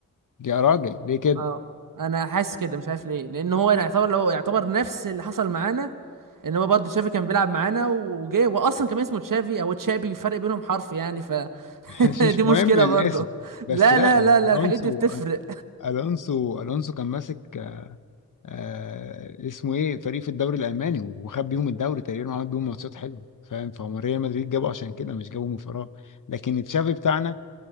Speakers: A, on the left (about 75°); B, on the right (about 85°).
A: يا راجل ليه كده
B: اه انا حاسس كده مش عارف ليه لان هو يعتبر لو يعتبر نفس اللي حصل معانا ان هو برضه تشافي كان بيلعب معانا وجه واصلا كان اسمه تشافي او تشابي فرق بينهم حرف يعني فدي
A: <laughs> مش مهم
B: <laughs> مشكله
A: الاسم
B: برضه
A: بس
B: لا
A: لا
B: لا لا
A: الونسو
B: لا الحاجات دي بتفرق
A: الونسو الونسو كان ماسك آه اسمه ايه فريق في الدوري الالماني وخد بيهم الدوري تقريبا وعمل بيهم ماتشات حلوه فاهم فهو ريال مدريد جابه عشان كده مش جابه من فراغ لكن تشافي بتاعنا